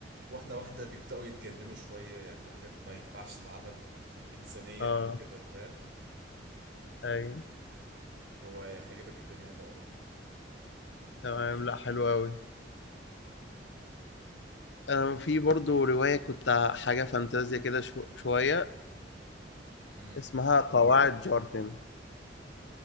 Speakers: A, on the right (about 70°); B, on the left (about 70°).
A: واحده واحده بيبداوا يتجننوا شويه يعملوا حاجات ما ينفعش تتعمل انسانيا
B: اه
A: وكده فاهم
B: ايوه
A: هو هيعجبك جدا يعني لو قريته
B: تمام لا حلو قوي آه، في برضو رواية كنت حاجة فانتازيا كده شو شوية
A: امم
B: اسمها قواعد جارتن